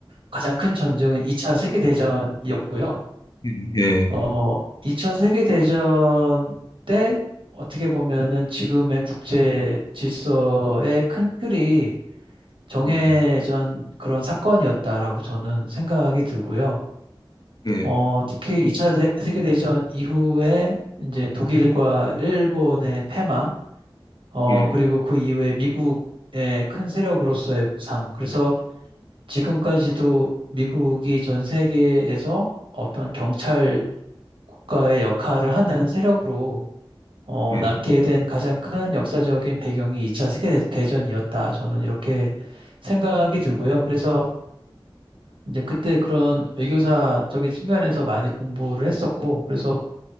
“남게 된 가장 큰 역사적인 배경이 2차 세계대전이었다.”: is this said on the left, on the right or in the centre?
Right